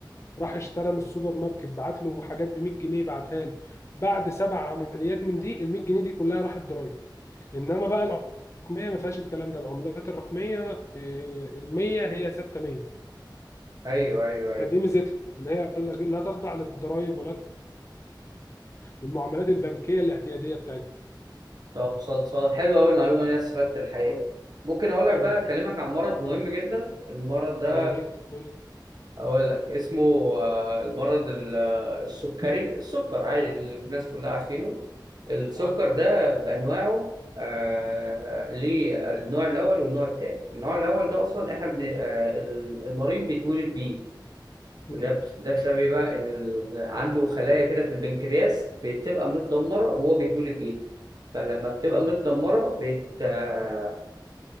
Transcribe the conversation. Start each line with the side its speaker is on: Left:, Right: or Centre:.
Left: راح اشترى من السوبر ماركت بعت له حاجات ب 100 جنيه بعتها له بعد سبع عمليات من دي ال 100 جنيه دي كلها راحت ضرايب انما بقى الرقميه ما فيهاش الكلام ده العملات الرقميه اه، ال 100 هي ثابته 100
Right: ايوه ايوه ايوه
Left: فدي ميزتها ان هي لا تخضع للضرايب ولا للمعاملات البنكيه الاعتياديه بتاعتها
Right: طب خلصان حلوة أوي المعلومة دي انا استفدت الحقيقة
Left: مم.
Right: ممكن اقول لك
Left: مم.
Right: بقى اكلمك عن مرض مهم جدا المرض ده
Left: يا ريت قول
Right: اقول لك اسمه آه، المرض ال- آه، السكري السكر عادي اللي الناس كلها عارفينه السكر
Left: عارف
Right: ده بانواعه آه، ليه آه، النوع الاول والنوع الثاني النوع الاول ده اصلا احنا بن... آه، ال- المريض بيتولد بيه
Left: مم.
Right: وده بت- ده بسبب ايه بقى ان ال... عنده خلايا كده في البنكرياس بتبقى متدمره وهو بيتولد بيها فلما بتبقى
Left: مم.
Right: متدمره بت... آه،